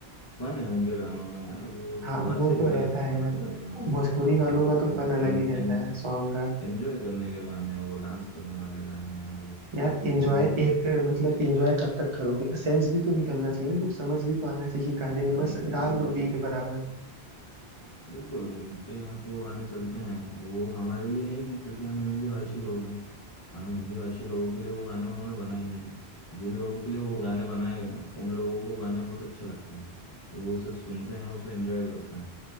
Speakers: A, on the left; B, on the right.
A: फन है उनके गानों में यार वो
B: हाँ
A: शुरुआत
B: वो
A: से ही
B: तो
A: ऐसा
B: रहता
A: गाने
B: है
A: बनाते
B: यार
A: हैं वो
B: भोजपुरी वालों
A: आपको
B: का तो फन अलग
A: एन,
B: ही रहता
A: एन,
B: है सॉन्ग
A: एंजॉय करने के गाने हैं वो डांस करने वाले गाने हैं वो
B: यार एंजॉय
A: वो
B: एक मतलब एंजॉय कब तक करोगे सेंस भी तो निकलना चाहिए ना कुछ समझ भी तो आना चाहिए गाने में
A: हाँ
B: बस
A: नहीं वो
B: डाल दो
A: देखो
B: बीट बराबर
A: बिल्कुल उनके यहाँ पे वो गाने चलते हैं वो हमारे लिए है ही नहीं क्योंकि हम हिंदी भाषी लोग हैं हम हिंदी भाषी लोगों के लिए वो गाने उन्होंने बनाए ही नहीं जिन लोगों के लिए वो गाने बनाए गए हैं उन लोगों को वो गाने बहुत अच्छे लगते हैं वो उसे सुनते हैं उसे एंजॉय करते हैं